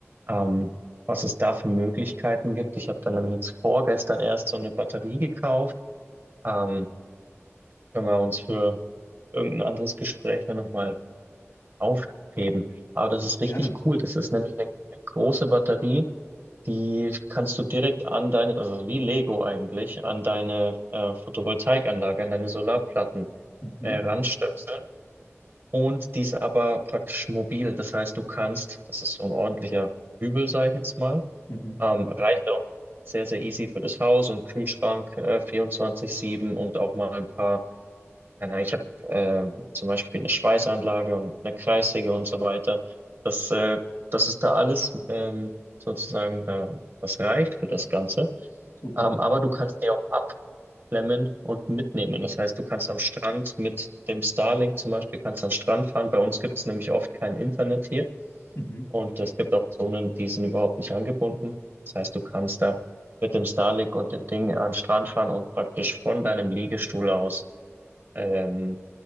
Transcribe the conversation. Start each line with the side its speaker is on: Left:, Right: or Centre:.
Right: Ähm, was es da für Möglichkeiten gibt. Ich habe dann nämlich jetzt vorgestern erst so eine Batterie gekauft. Ähm, können wir uns für irgendein anderes Gespräch dann nochmal aufheben. Aber das ist richtig
Left: Gerne.
Right: cool. Das ist nämlich eine, eine große Batterie, die kannst du direkt an deine, also wie Lego eigentlich, an deine äh, Photovoltaikanlage, an deine Solarplatten
Left: Mhm,
Right: äh, ranstöpseln. Und die ist aber praktisch mobil. Das heißt, du kannst, das ist so ein ordentlicher Übel sage ich jetzt mal,
Left: mhm,
Right: ähm, reicht auch sehr, sehr easy für das Haus und Kühlschrank äh, 24/7 und auch mal ein paar keine Ahnung, Ich habe äh, zum Beispiel eine Schweißanlage und eine Kreissäge und so weiter. Das, äh, das ist da alles ähm, sozusagen da, das reicht für das Ganze.
Left: super.
Right: Ähm, aber du kannst die auch abklemmen und mitnehmen. Das heißt, du kannst am Strand mit dem Starlink zum Beispiel kannst am Strand fahren. Bei uns gibt es nämlich oft kein Internet hier
Left: Mhm.
Right: und es gibt auch Zonen, die sind überhaupt nicht angebunden. Das heißt, du kannst da mit dem Starlink und dem Ding an den Strand fahren und praktisch von deinem Liegestuhl aus ähm,